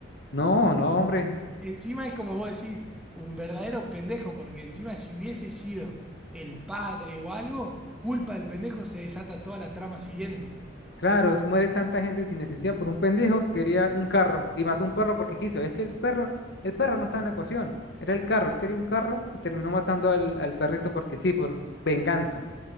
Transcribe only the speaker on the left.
No, no, hombre.
Claro, muere tanta gente sin necesidad por un pendejo que quería un carro y mató un perro porque quiso. Es que el perro, el perro no está en la ecuación, era el carro, él quería un carro y terminó matando al, al perrito porque sí, por venganza.